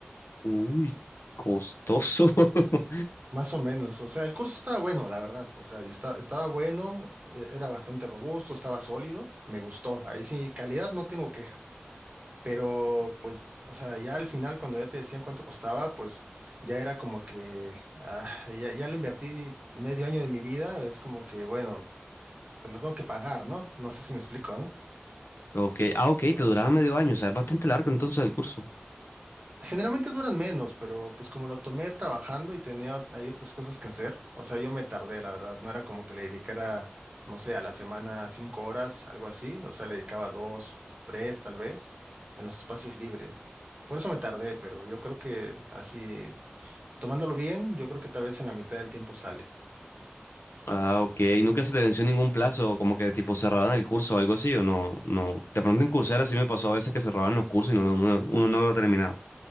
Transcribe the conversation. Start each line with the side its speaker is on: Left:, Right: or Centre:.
Left: Uy, costoso. <laughs>
Right: Más o menos, o sea, el curso estaba bueno, la verdad, o sea, y esta- estaba bueno, e- era bastante robusto, estaba sólido, me gustó, ahí sí, calidad no tengo queja, pero pues, o sea, ya al final cuando ya te decían cuánto costaba, pues ya era como que, ah, ya, ya lo invertí medio año de mi vida, es como que, bueno, pues lo tengo que pagar, ¿no? No sé si me explico, ¿no?
Left: Ok, ah, ok, te duraba medio año, o sea, es bastante largo entonces el curso.
Right: Generalmente duran menos, pero pues como lo tomé trabajando y tenía hay otras cosas que hacer, o sea, yo me tardé, la verdad, no era como que le dedicara, no sé, a la semana cinco horas, algo así, o sea, le dedicaba dos, tres tal vez, en los espacios libres. Por eso me tardé, pero yo creo que así, tomándolo bien, yo creo que tal vez en la mitad del tiempo sale.
Left: Ah, ok, ¿nunca se te venció ningún plazo, como que tipo cerraran el curso o algo así, o no? No, de pronto en Coursera sí me pasó a veces que cerraban los cursos y no, no- uno no lo terminaba.